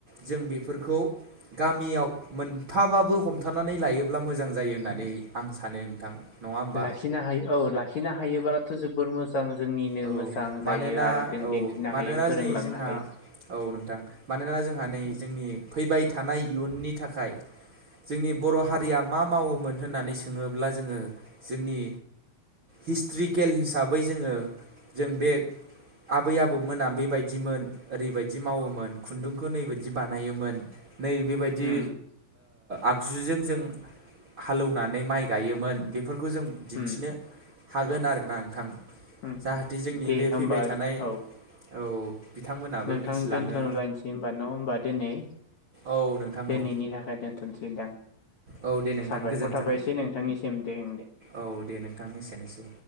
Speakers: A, on the right; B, on the left.
A: जों बेफोरखौ गामियाव मोनफाबाबो हमथानानै लायोब्ला मोजां जायो होननानै
B: उम
A: आं नोंथां नङा होमबा
B: लाखिनो हायो औ लाखिनो हायो बाथ' जोबोर मोजां मोजां जोंनिनो
A: औ
B: मोजां
A: मानोना
B: जायो आरो जों
A: औ
B: दिन्थिनो
A: मानोना
B: हायो फोरोंलांनो
A: नै जोंहा
B: हायो
A: औ नोंथां मानोना जोंहा नै
B: उम
A: जोंनि फैबाय थानाय इयुननि थाखाय जोंनि बर हारिया मा मावोमोन होननानै सोङोब्ला जोङो जोंनि हिस्ट्रिकेल हिसाबै हिसाबै जोंङो जों बे आबै आबौमोना बेबायदिमोन ओरैबायदि मावोमोन खुन्दुंखौ नै बे बायदि बानायोमोन नै बेबायदि
B: उम
A: आगजुजों जों हालेवनानै माइ गायोमोन बे बेफोरखौ जों दिन्थिनो
B: उम
A: हागोन आरोना नोंथां
B: उम
A: जाहाथे जोंनि
B: दे
A: बे
B: होमबा
A: फैबाय थानाय
B: औ
A: औ बिथांमोनाबो
B: नोंथां
A: मिथिलाङो
B: दोन्थ'लायसै होनबा न होमबा दिनै
A: औ नोंथां
B: दिनैनि
A: औ
B: थाखाय दोनथ' नोसै दां
A: औ दे नोंथां
B: साबायखर
A: गोजोन्थों
B: थाबायसै नोंथांनिसिम दे ओं दे
A: औ दे नोंथां एसेनोसै